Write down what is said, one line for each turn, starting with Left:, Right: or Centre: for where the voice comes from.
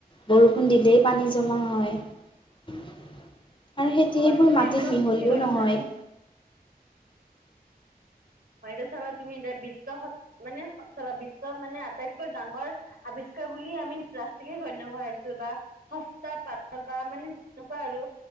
Left: বৰষুণ দিলেই পানী জমা হয়। আৰু সেতি
Right: হয়
Left: সেইবোৰ
Right: তুমি
Left: মাটিত
Right: একদম
Left: মিহলিও
Right: ঠিক কৈছা
Left: নহয়।
Right: হয়, এতিয়া চাবা তুমি এতিয়া বিশ্ব স মানে চাবা বিশ্ব মানে আটাইতকৈ ডাঙৰ আৱিছ বুলি আমি প্লাষ্টিকে গণ্য কৰাইছো বা সস্তা, পাতল বা মানে যেনেকুৱা আৰু